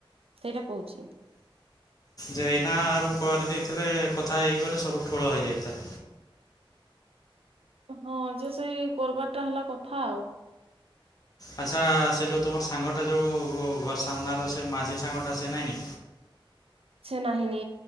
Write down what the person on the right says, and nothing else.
ସେଇଟା କୋହୁଛି।
ହଁ ଯେ ସେଇ କର୍ ବାରଟା ହେଲା କଥା ଆଉ।
ସେ ନାହିଁନି